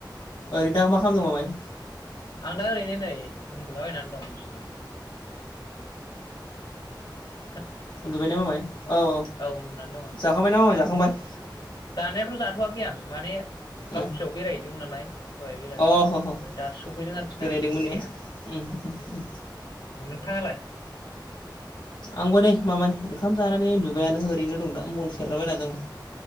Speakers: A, on the left; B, on the left.
A: औ
B: ओरैनो
A: मामाय
B: दा मा खालामदों माबाय
A: आं दा ओरैनो नै उन्दुलाबायनानै दं बिसिनायाव <inaudible>
B: उन्दुबाय ना मामाय औ औ
A: उन्दुनानै दं आं नै
B: जाखांबाय ना मामाय जाखांबाय
A: जानायाथ' जाथ'वाखै आं माने
B: उम
A: लावथियाव बेरायहैदोंमोन नालाय दहाय बेलासियाव
B: अ
A: ओमफ्राय
B: ह ह
A: दा सफैदों आरोखि
B: बेरायदोंमोन
A: ना बेरायनानै
B: ने उम उम उम
A: नोंथाङालाय
B: आंबो दे मामाय ओंखाम जानानै उन्दुबायानो ओरैनो दं दा मबेल सेरगलाबायना दं